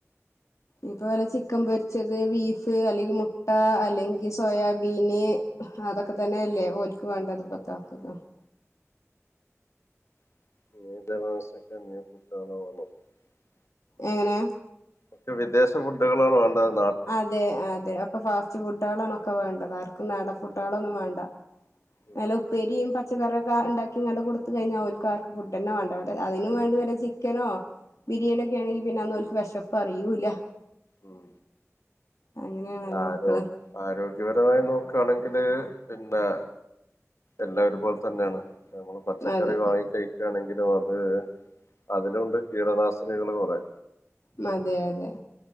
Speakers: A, on the left; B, on the left.
A: ഇപ്പൊ വല്ല ചിക്കൻ പൊരിച്ചത് ബീഫ് ഫ് അല്ലെങ്കിൽ മുട്ട അല്ലെങ്കിൽ സോയാബീന് അതൊക്കെ തന്നെ അല്ലെ ഓൽക്ക് വേണ്ടത് ഇപ്പത്ത. <unintelligible>
B: <unintelligible>
A: എങ്ങനെ
B: ഒക്കെ വിദേശ ഫുഡുകളാണ് വേണ്ടെന്ന്.
A: അതെ അതെ ഒക്കെ ഫാസ്റ്റ് ഫുഡളാണ് ഒക്കെ വേണ്ടത് ആർക്കും നാടൻ ഫുഡാളൊന്നും വേണ്ട.
B: ഉം
A: നല്ല ഉപ്പേരിയും പച്ചക്കറിക്കെ ഇണ്ടാക്കിങ്ങാണ്ട് കൊടുത്തു കഴിഞ്ഞാ ഓൽക്ക് ആർക്കും ഫുഡന്നെ വേണ്ട. <unintelligible> അതിനും
B: ഉം
A: വേണ്ടി വല്ല ചിക്കനോ ബിരിയാണി ഒക്കെ ആണെങ്കിൽ പിന്നെ അന്നോൽക്ക് വെശപ്പ് അറിയൂല്ല.
B: ഉം
A: അങ്ങനെയാണല്ലോ
B: അത് ആരോ
A: മക്കള്
B: ആരോഗ്യപരമായി നോക്കാണെ ക്ക്ണ് പിന്നെ എല്ലാരും പോൽതന്നെയാണ് നമ്മള് പച്ചക്കറി
A: അതെ
B: വാങ്ങിക്കഴി <unintelligible> ആണെങ്കിലും അത് അതിലുണ്ട് കീടനാശിനികള് കൊറേ.
A: മ് അതെ അതെ